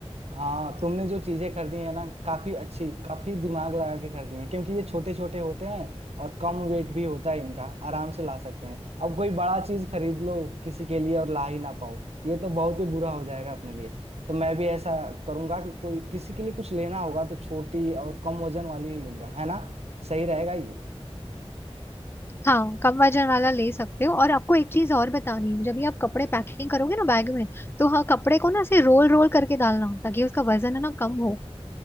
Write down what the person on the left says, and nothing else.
हाँ कम वजन वाला ले सकते हो और आपको एक चीज और बतानी है जब भी आप कपड़े पैकिंग करोगे ना बैग में तो हाँ कपड़े को ना ऐसे रोल रोल करके डालना ताकि उसका वजन है ना कम हो